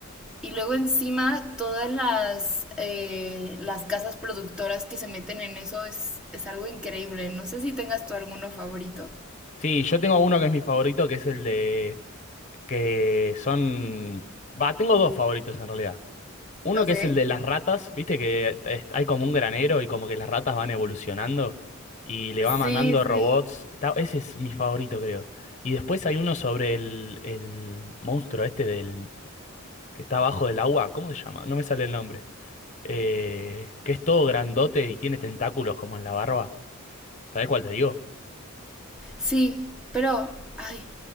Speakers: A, in the centre; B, on the left.
A: Y luego encima todas las, eh, las casas productoras que se meten en eso es, es algo increíble. No sé si tengas tú alguno favorito.
B: Sí, yo tengo uno que es mi favorito, que es el de... que son... Va, tengo dos favoritos en realidad. Uno
A: Ok.
B: que es el de las ratas, viste que es- hay como un granero y como que las ratas van evolucionando y le va
A: Sí,
B: mandando robots.
A: sí.
B: Está- Ese es mi favorito, creo. Y después hay uno sobre el, el monstruo este del... que está abajo del agua. ¿Cómo se llama? No me sale el nombre. eh, que es todo grandote y tiene tentáculos como en la barba. ¿Sabés cuál te digo?
A: Sí, pero, ay,